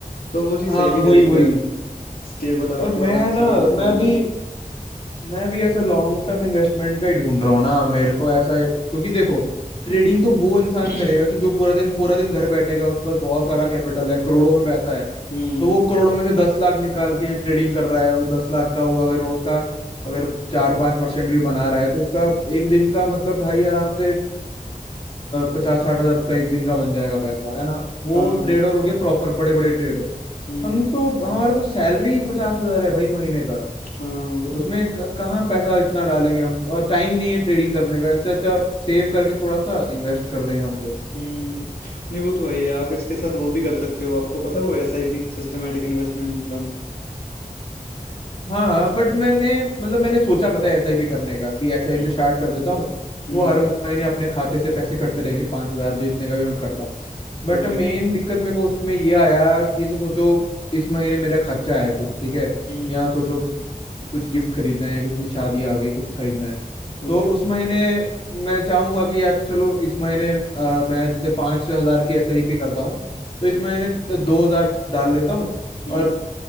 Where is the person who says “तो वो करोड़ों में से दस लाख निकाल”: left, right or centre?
Left